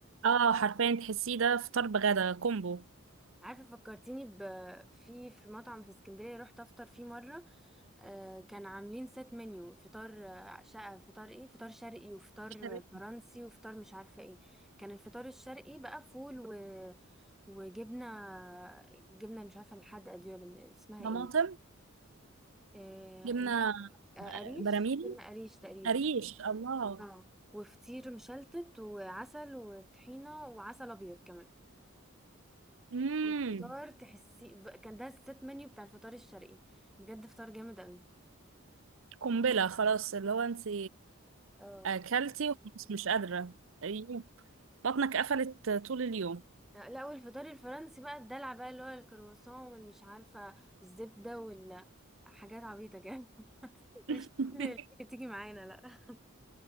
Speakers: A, on the right; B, in the centre.
A: اه حرفيا تحسيه ده فطار بغدا كومبو
B: عارفة فكرتيني ب... في في مطعم في اسكندرية رحت افطر فيه مرة آه كان عاملين سيت منيو فطار آه، شقة فطار ايه فطار شرقي وفطار
A: شربت
B: فرنسي وفطار مش عارفة ايه كان الفطار الشرقي بقى فول و... وجبنة جبنة مش عارفة الحدقة دي ولا اسمها
A: طماطم
B: ايه آه...
A: جبنة
B: لا آه
A: آه،
B: قريش
A: براميل
B: جبنة قريش تقريبا
A: قريش الله
B: اه وفطير مشلتت وعسل وطحينة وعسل ابيض كمان
A: امم
B: الفطار تحسي ب- كان ده الست منيو بتاع الفطار الشرقي بجد فطار جامد قوي
A: قنبلة خلاص اللي هو انت
B: اه
A: اكلتي وخلاص مش قادرة أيوه. بطنك قفلت طول اليوم
B: لا لا، والفطار الفرنسي بقى الدلع بقى اللي هو الكرواسون والمش عارفة الزبدة وال حاجات عبيطة كده <laughs>
A: <laughs>
B: مش كل اللي تيجي معانا لا